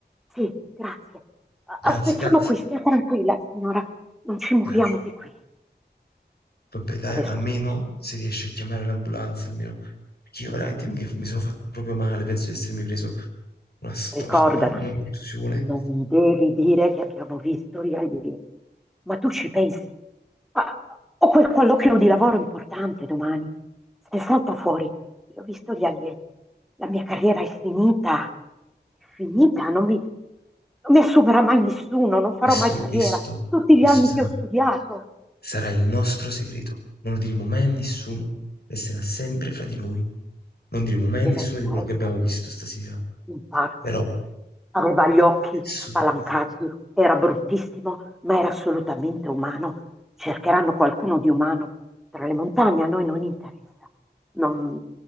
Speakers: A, in the centre; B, on the left.
A: Sì, grazie. A-
B: Grazie,
A: Aspettiamo
B: grazie,
A: qui, stia tranquilla, signora. Non ci muoviamo
B: grazie.
A: di qui.
B: Vabbè dai,
A: Adesso
B: almeno
A: aspettiamo.
B: se riesci a chiamare l'ambulanza, almeno, perché io veramente mi, mi sono fatto proprio male, penso di essermi preso una storta,
A: Ricordati,
B: una contusione.
A: non devi dire che abbiamo visto gli alieni. Ma tu ci pensi? Ah, ho quel colloquio di lavoro importante domani. Se salta fuori, io ho visto gli alieni. La mia carriera è finita. È finita, non mi, non mi assumerà mai nessuno, non farò
B: Questo,
A: mai carriera.
B: questo,
A: Tutti
B: questo
A: gli anni
B: sarà,
A: che ho studiato.
B: sarà il nostro segreto. Non lo diremo mai a nessuno, resterà sempre fra di noi. Non diremo mai
A: deversare
B: a nessuno di quello che
A: trevino.
B: abbiamo visto stasera.
A: Un pazzo
B: Però,
A: aveva gli occhi
B: subito.
A: spalancati, era bruttissimo, ma era assolutamente umano. Cercheranno qualcuno di umano tra le montagne, a noi non interessa. Non,